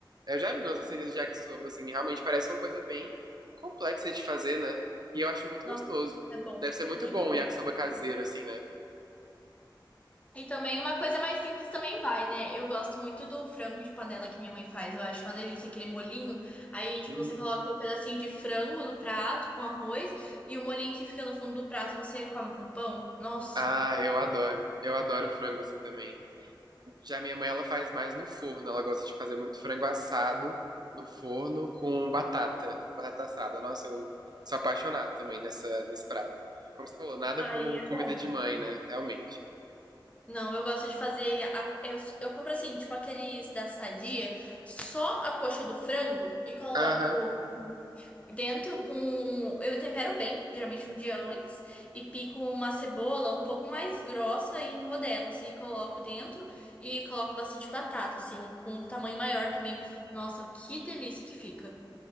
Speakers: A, on the right (about 55°); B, on the left (about 15°).
A: Eu já vi umas receitas de yakisoba, assim, realmente parece uma coisa bem complexa de fazer, né? E eu acho muito
B: Nossa,
A: gostoso.
B: é bom,
A: Deve ser muito
B: muito
A: bom
B: bom.
A: o yakisoba caseiro, assim, né?
B: E também uma coisa mais simples também vai, né? Eu gosto muito do frango de panela que minha mãe faz. Eu acho uma delícia aquele molinho. Aí, tipo,
A: Hum.
B: você coloca um pedacinho de frango no prato com arroz e o molinho que fica no fundo do prato você come com pão. Nossa.
A: Ah, eu adoro. Eu adoro frango, assim, também. Já minha mãe, ela faz mais no forno. Ela gosta de fazer muito frango assado no forno com batata, batata assada. Nossa, eu sou apaixonado também nessa, nesse prato. Como você falou, nada
B: Aí
A: como
B: é
A: comida
B: bom.
A: de mãe, né? Realmente.
B: Não, eu gosto de fazer. a- eu, eu compro assim, tipo aqueles da Sadia, só a coxa do frango e coloco
A: Aham.
B: dentro com. Eu tempero bem, geralmente um dia antes, e pico uma cebola um pouco mais grossa em rodelas e coloco dentro e coloco bastante batata, assim, com um tamanho maior também. Nossa, que delícia que fica!